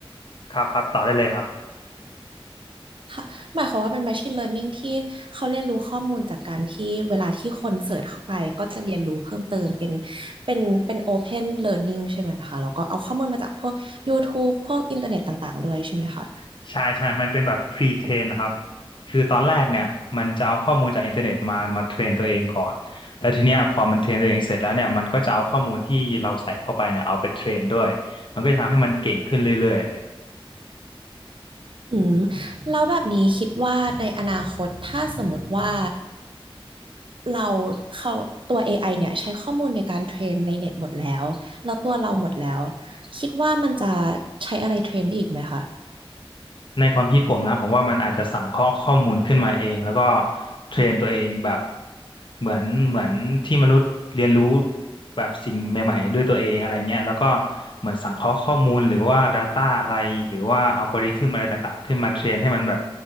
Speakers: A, on the left (about 55°); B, on the right (about 60°).
A: ครับครับต่อได้เลยครับ
B: ค่ะหมายความว่าเป็น Machine Learning ที่เขาเรียนรู้ข้อมูลจากการที่เวลาที่คนเสิร์ชเข้าไปก็จะเรียนรู้เพิ่มเติมเป็นเป็นเป็น Open Learning ใช่ไหมคะแล้วก็เอาข้อมูลมาจากพวก YouTube พวกอินเทอร์เน็ตต่างๆด้วยใช่ไหมคะ
A: ใช่ใช่มันเป็นแบบ pre-train นะครับคือตอนแรกเนี่ยมันจะเอาข้อมูลจากอินเทอร์เน็ตมามาเทรนตัวเองก่อนแล้วทีเนี้ยพอมันเทรนตัวเองเสร็จแล้วเนี่ยมันก็จะเอาข้อมูลที่เราใส่เข้าไปเนี่ยเอาไปเทรนด้วยมันก็จะทำให้มันเก่งขึ้นเรื่อยๆเลย
B: อืมแล้วแบบนี้คิดว่าในอนาคตถ้าสมมติว่าเราเขาตัว AI เนี่ยใช้ข้อมูลในการเทรนในเน็ตหมดแล้วแล้วตัวเราหมดแล้วคิดว่ามันจะใช้อะไรเทรนได้อีกไหมคะ
A: ในความคิดผมนะผมว่ามันอาจจะสังเคราะห์ข้อมูลขึ้นมาเองแล้วก็เทรนตัวเองแบบเหมือนเหมือนที่มนุษย์เรียนรู้แบบสิ่งใหม่ๆด้วยตัวเองอะไรเงี้ยแล้วก็เหมือนสังเคราะห์ข้อมูลหรือว่า Data อะไรหรือว่าอัลกอริทึมอะไรต่างๆขึ้นมาเทรนให้มันแบบ